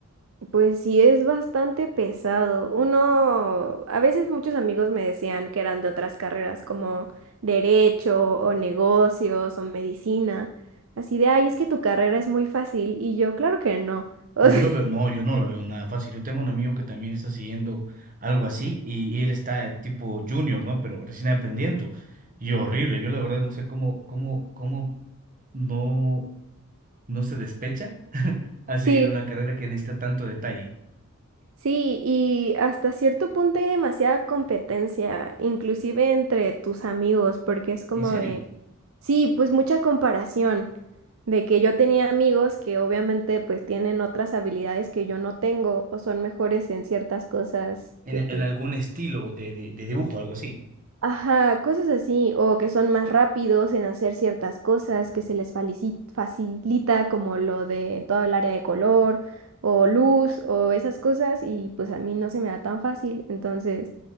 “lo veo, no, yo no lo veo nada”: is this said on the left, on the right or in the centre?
Right